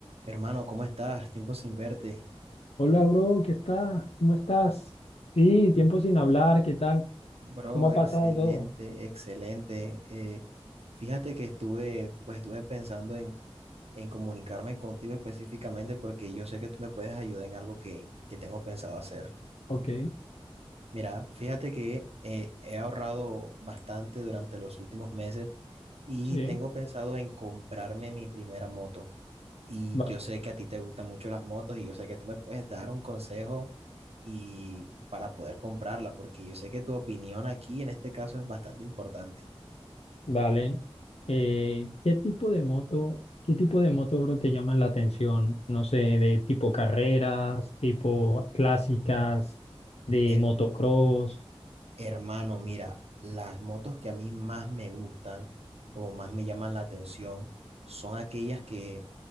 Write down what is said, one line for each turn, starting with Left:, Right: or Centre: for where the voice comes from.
Right: Hermano, ¿cómo estás? Tiempo sin verte.
Left: Hola, bro, ¿qué está? ¿Cómo estás? Sí, tiempo sin hablar, ¿qué tal?
Right: Bro,
Left: ¿Cómo ha pasado
Right: excelente,
Left: todo?
Right: excelente. Eh, fíjate que estuve, pues estuve pensando en, en comunicarme contigo específicamente porque yo sé que tú me puedes ayudar en algo que, que tengo pensado hacer.
Left: Ok,
Right: Mira, fíjate que eh, he ahorrado bastante durante los últimos meses y
Left: sí,
Right: tengo pensado en comprarme mi primera moto. Y
Left: vale.
Right: yo sé que a ti te gustan mucho las motos y yo sé que tú me puedes dar un consejo y para poder comprarla, porque yo sé que tu opinión aquí en este caso es bastante importante.
Left: Vale. Eh, ¿qué tipo de moto, qué tipo de moto, bro, te llaman la atención? No sé, de tipo carreras, tipo clásicas, de
Right: El,
Left: motocross.
Right: hermano, mira, las motos que a mí más me gustan o más me llaman la atención son aquellas que,